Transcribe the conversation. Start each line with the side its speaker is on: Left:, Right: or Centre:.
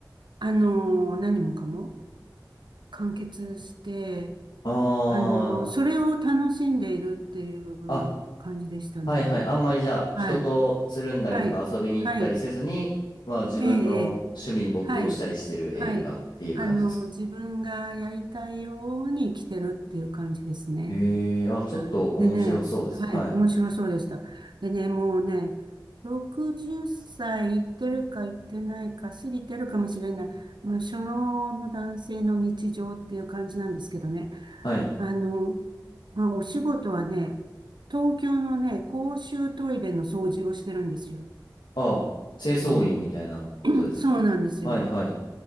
Right: あの、何もかも完結して、
Left: あ
Right: あの、
Left: あ。
Right: それを楽しんでいるっていう感じでしたね。
Left: あ、はいはい。あんまりじゃあ、人とつるんだりとか遊びに行ったりせずに、
Right: はい。はい。はい。
Left: まあ自分の趣味に没頭したりしてる映画っていう感じですか。
Right: ええ、ええ。はい。はい。あの、自分がやりたいように生きてるっていう感じですね。
Left: ええー、あ、ちょっと面白そうですね。
Right: はい。でね、はい、
Left: はい。
Right: 面白そうでした。でね、もうね、60歳いいってるかいってないか、過ぎてるかもしれない、まあ、初老の男性の日常っていう感じなんですけどね。
Left: はい。
Right: あの、まあ、お仕事はね、東京のね、公衆トイレの掃除をしてるんですよ。
Left: あ、清掃員みたいなことですか。
Right: うん、そうなんですよ。
Left: はいはい。